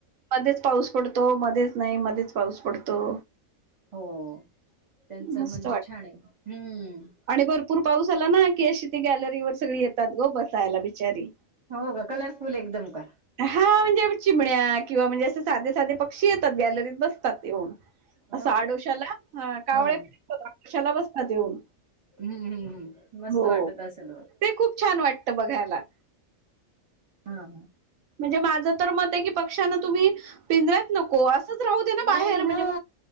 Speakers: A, on the right; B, on the right.
A: मध्येच पाऊस पडतो मध्येच नाही मध्येच पाऊस पडतो.
B: हो त्यांचं
A: मस्त
B: म्हणजे
A: वाटत
B: छान आहे, हम्म.
A: आणि भरपूर पाऊस आला ना की अशी ती गॅलरीवर सगळी येतात ग बसायला बिचारी.
B: हो का कलरफुल एकदम का?
A: हा, म्हणजे चिमण्या किंवा म्हणजे असे साधे साधे पक्षी येतात गॅलरीत बसतात येऊन.
B: हो
A: असं आडोशाला
B: का
A: हा कावळे
B: ह
A: <unintelligible> आडोश्याला बसतात येऊन.
B: हम्म हम्म हम्म मस्त
A: हो
B: वाटत असेल म
A: ते खूप छान वाटतं बघायला.
B: हा हा
A: म्हणजे माझं तर मत आहे की पक्ष्यांना तुम्ही पिंजऱ्यात नको अस संच राहू दे ना बाहेर
B: नाही
A: म्हणजे
B: हा
A: म